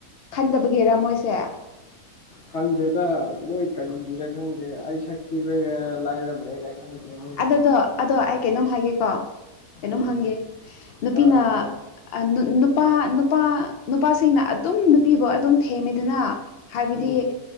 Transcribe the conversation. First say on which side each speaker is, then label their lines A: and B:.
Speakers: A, on the left; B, on the left.
A: ꯈꯟꯗꯕꯒꯤꯔ‌ ꯃꯣꯏꯁꯦ
B: ꯈꯪꯗꯦꯗ ꯃꯣꯏ ꯀꯔꯤꯒꯤꯔ ꯈꯪꯗꯦ ꯑꯩ ꯁꯛ ꯊꯤꯕꯩꯔꯥ ꯂꯥꯏꯔꯕꯩꯔꯥ ꯈꯪꯗꯦ ꯃꯣꯏꯅ
A: ꯑꯗꯨꯗꯣ ꯑꯗꯣ ꯑꯩ ꯀꯩꯅꯣꯝ ꯍꯥꯏꯒꯦꯀꯣ ꯀꯩꯅꯣꯝ
B: ꯎꯝ
A: ꯍꯪꯒꯦ ꯅꯨꯄꯤꯅ
B: ꯑꯥ ꯑꯥ
A: ꯑ <unintelligible> ꯅꯨꯄꯥ ꯅꯨꯄꯥ ꯅꯨꯄꯥꯁꯤꯡꯅ ꯑꯗꯨꯝ ꯅꯨꯄꯤꯕꯨ ꯑꯗꯨꯝ ꯊꯦꯝꯃꯤꯗꯅ ꯍꯥꯏꯕꯗꯤ
B: ꯎꯝ